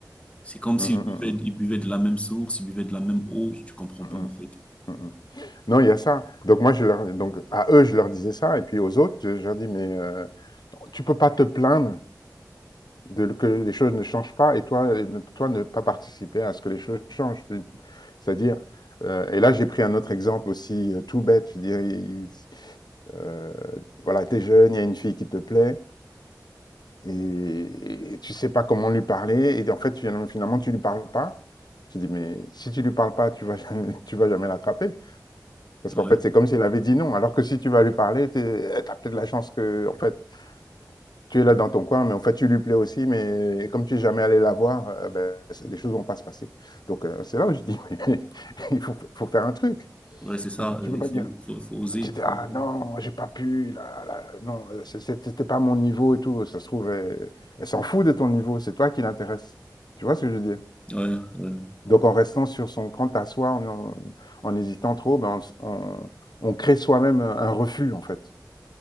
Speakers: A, on the left (about 15°); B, on the left (about 70°).
A: C'est comme s'ils
B: mm, mm,
A: buvaient,
B: mm,
A: ils buvaient de la même source, ils buvaient de la même eau, tu comprends
B: mm,
A: pas
B: mm,
A: en fait.
B: mm, mm. Non, il y a ça. Donc moi, je leur, donc à eux, je leur disais ça, et puis aux autres, je leur dis mais euh, tu peux pas te plaindre de, que les choses ne changent pas et toi, et ne- toi ne pas participer à ce que les choses changent. Tu- C'est-à-dire, euh, et là j'ai pris un autre exemple aussi euh, tout bête, je dirais, il- euh, voilà, t'es jeune, il y a une fille qui te plaît et, et tu sais pas comment lui parler et en fait finalement, finalement tu lui parles pas. Je dis mais si tu lui parles pas, tu vas <laughs> jamais, tu vas jamais l'attraper parce qu'en
A: Ouais,
B: fait c'est comme si elle avait dit non alors que si tu vas lui parler, t'es- t'as peut-être la chance que en fait tu es là dans ton coin, mais en fait, tu lui plais aussi, mais comme tu n'es jamais allé la voir, euh, ben, c- les choses vont pas se passer. Donc, euh, c'est là où je dis, <laughs> mais il faut, faut faire un truc.
A: ouais, c'est ça,
B: On peut-
A: euh,
B: tu peux
A: il
B: pas
A: faut,
B: dire,
A: faut, faut oser.
B: tu
A: faut
B: dis, ah
A: oser.
B: non, j'ai pas pu, là, là, non, euh, c'est- c'est- c'était pas mon niveau et tout. Ça se trouve, elle, elle s'en fout de ton niveau, c'est toi qui l'intéresse. Tu vois ce que je veux dire?
A: Ouais, ouais.
B: Donc, en restant sur son compte à soi, en, en- en hésitant trop, ben, on, s- on- on crée soi-même un un refus, en fait.